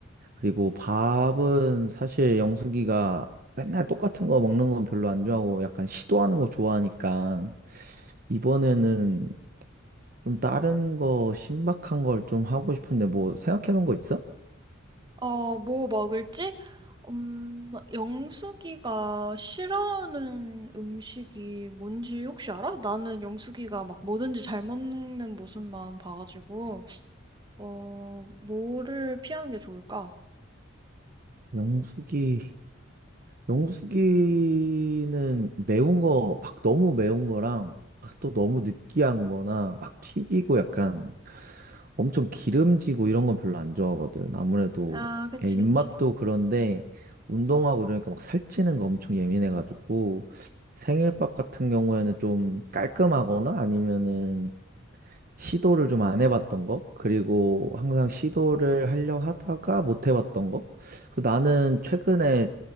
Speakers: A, on the right; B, on the right.
A: 그리고 밥은 사실 영숙이가 맨날 똑같은 거 먹는 건 별로 안 좋아하고 약간 시도하는 거 좋아하니까 이번에는 좀 다른 거 신박한 걸 좀 하고 싶은데 뭐 생각해 놓은 거 있어?
B: 어, 뭐 먹을지? 음, 영숙이가 싫어하는 음식이 뭔지 혹시 알아? 나는 영숙이가 막 뭐든지 잘 먹는 모습만 봐가지고, 어, 뭐를 피하는 게 좋을까?
A: 영숙이 영숙이는 매운 거 막 너무 매운 거랑 막또 너무 느끼한 거나 막 튀기고 약간 엄청 기름지고 이런 건 별로 안 좋아하거든. 아무래도
B: 아, 그치,
A: 애 입맛도
B: 그치.
A: 그런데 운동하고 이러니까 막 살찌는 거 엄청 예민해가지고 생일밥 같은 경우에는 좀 깔끔하거나 아니면은 시도를 좀 안 해봤던 거, 그리고 항상 시도를 하려 하다가 못 해봤던 거. 그 나는 최근에